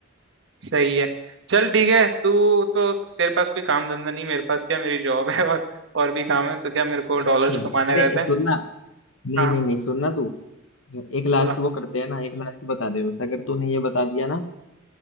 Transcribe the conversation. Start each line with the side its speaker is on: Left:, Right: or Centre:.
Right: सही है चल ठीक है तू तो तेरे पास कोई काम धंधा नहीं मेरे पास क्या मेरी जॉब है और और भी काम है तो क्या मेरे को
Left: अच्छा
Right: डॉलर्स कमाने
Left: अरे
Right: रहते
Left: ये सुनना
Right: हैं
Left: नहीं
Right: हाँ
Left: नहीं नहीं सुनना तू एक लास्ट
Right: बोला
Left: वो करते हैं ना एक लास्ट बता दे बस अगर तूने ये बता दिया ना